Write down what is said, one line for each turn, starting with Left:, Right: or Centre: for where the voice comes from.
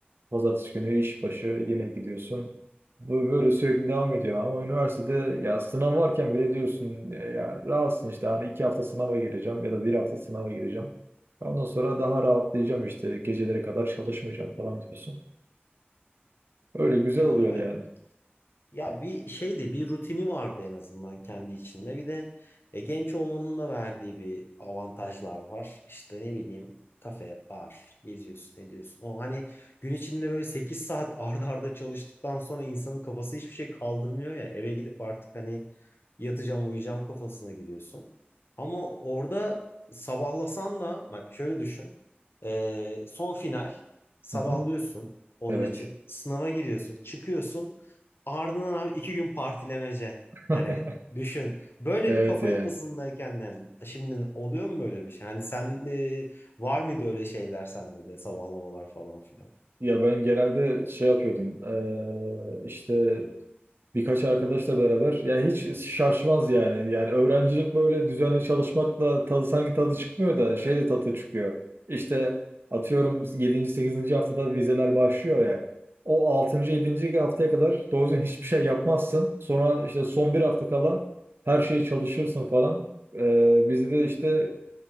Right: Pazartesi günü iş başı yine gidiyorsun. Bu böyle sürekli devam ediyor ama üniversitede ya sınav varken bile diyorsun e, ya rahatsın işte hani iki hafta sınava gireceğim ya da bir hafta sınava gireceğim. Ondan sonra daha rahatlayacağım işte gecelere kadar çalışmayacağım falan diyorsun. Öyle güzel
Left: Ya
Right: oluyordu
Left: evet.
Right: yani.
Left: Ya bir şeydi, bir rutini vardı en azından kendi içinde. Bir de e, genç olmanın da verdiği bir avantajlar var. İşte ne bileyim kafe, bar, geziyorsun, ne diyorsun. O hani gün içinde böyle 8 saat <laughs> arda arda çalıştıktan sonra insanın kafası hiçbir şey kaldırmıyor ya. Eve gidip artık hani yatacağım, uyuyacağım kafasına giriyorsun. Ama orada sabahlasan da bak şöyle düşün. E, son final sabahlıyorsun
Right: Hı hı.
Left: onun
Right: Evet.
Left: için. Sınava giriyorsun, çıkıyorsun. Ardından abi iki gün partilemece.
Right: <laughs>
Left: Hani düşün. Böyle
Right: Evet
Left: bir kafa
Right: yani.
Left: yapısındayken yani şimdi oluyor mu böyle bir şey? Hani sen e, var mıydı öyle şeyler sende de sabahlamalar falan filan?
Right: Ya ben genelde şey yapıyordum. Eee işte Birkaç arkadaşla beraber. Yani hiç şaşmaz yani. Yani öğrencilik böyle düzenli çalışmakla tadı sanki tadı çıkmıyor da şeyle tadı çıkıyor. İşte atıyorum yedinci sekizinci haftada vizeler başlıyor ya. O altıncı yedinci haftaya kadar doğru düzgün hiçbir şey yapmazsın. Sonra işte son bir hafta kala her şeyi çalışırsın falan. Ee, bizde de işte